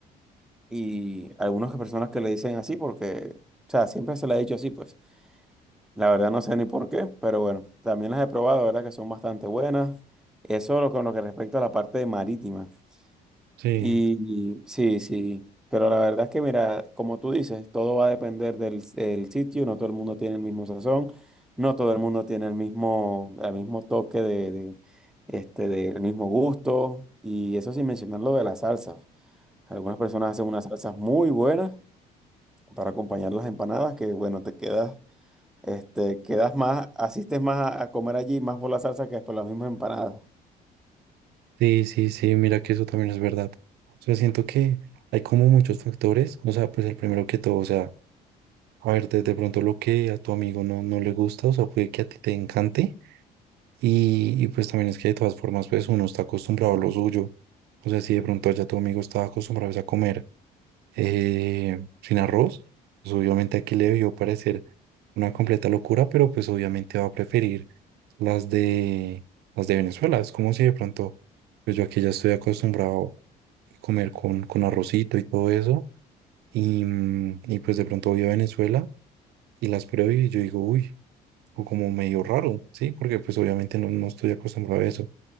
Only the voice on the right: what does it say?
Sí.
Sí, sí, sí, mira que eso también es verdad. O sea, siento que hay como muchos factores, o sea, pues el primero que todo, o sea, a ver, de, de pronto lo que a tu amigo no, no le gusta, o sea, puede que a ti te encante, y, y pues también es que de todas formas, pues uno está acostumbrado a lo suyo, o sea, si de pronto ya tu amigo estaba acostumbrado pues, a comer eh, sin arroz, pues obviamente aquí le debió parecer una completa locura, pero pues obviamente va a preferir las de, las de Venezuela, es como si de pronto... Pues yo aquí ya estoy acostumbrado comer con, con arrocito y todo eso. Y, mm, y pues de pronto voy a Venezuela y las pruebo y yo digo, uy, o como medio raro, ¿sí? Porque pues obviamente no, no estoy acostumbrado a eso.